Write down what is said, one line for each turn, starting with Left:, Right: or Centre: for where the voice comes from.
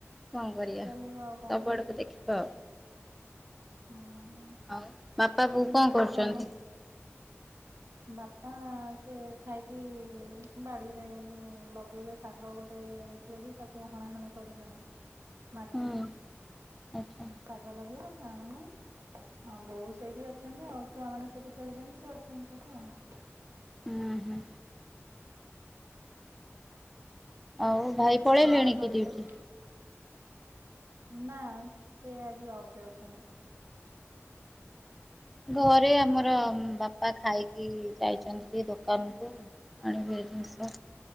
Centre: କଣ କରିବା
Right: ଚାଲିବ ଆଉ କଣ
Centre: ସବୁ
Right: କରିବା
Centre: ଆଡକୁ ଦେଖି ହଉ
Right: ହୁଁ
Centre: ଆଉ ବାପା ବଉ
Right: କିନ୍ତୁ
Centre: କଣ କରୁଛନ୍ତି?
Right: ସମ ବାପା ସେ ଖାଇକି ବାଡ଼ିରେ ଯଉ ଲଗେଇବେ ସାଗ ଗୋଟେ ଡେଲି ତାକୁ ହଣାହଣି କରୁଛନ୍ତି ମାଟି
Centre: ହୁଁ ଆଚ୍ଛା
Right: ଶାଗ ଲଗେଇବା ଜାଣୁନା ଆଉ ବୋଉ ସେଇଠି ଅଛନ୍ତି। ଆଉ ଛୁଆମାନୋନେ ସେଇଠି ଖେଳୁଛନ୍ତି ସେ ଅଛନ୍ତି। ଆଜ୍ଞା।
Centre: ହୁଁ ହୁଁ। ଆଉ ଭାଇ ପଳେଇଲେଣି
Right: ତମର ଘରେ
Centre: କି ଡିଉଟି?
Right: ସବୁ ନା ସେ ଆଜି ଅପ୍ରେସନ୍
Centre: ଘରେ ଆମର ବାପା ଖାଇକି ଯାଇଛନ୍ତି। ଦୋକାନକୁ ଆଣିବି ଜିନିଷ